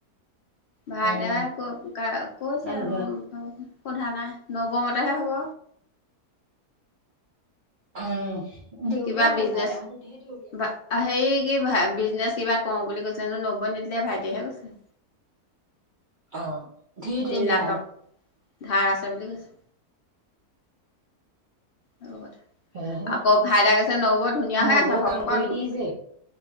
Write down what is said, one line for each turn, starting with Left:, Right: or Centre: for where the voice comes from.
Left: ভাইদাই
Right: উম
Left: ক ক কৈছে
Right: ইমান
Left: উ
Right: ঘূৰা
Left: সোধা নাই নৱমত হব
Right: উম দেউলীয়া
Left: কিবা বিজনেচ
Right: হ'ল ভাইদাহঁতো ধেৰ দেউলীয়া
Left: বা হেৰি কি বিজনেচ কিবা কওঁ বুলি কৈছিলেনো নব্বৈ নিদিলে ভাইটিেহে কৈছিলে।
Right: অঁ ধেৰ
Left: তিন
Right: দেউলিয়া
Left: লাখ টকা ধাৰ আছে বুলি কৈছে আৰু কথা
Right: সেয়েহে
Left: আকৌ ভাইদাই আছে নৌবৰ ধুনীয়া
Right: নবৌৱে
Left: হৈ আছে সৰৰ
Right: কাম
Left: পৰা
Right: কৰি দিছে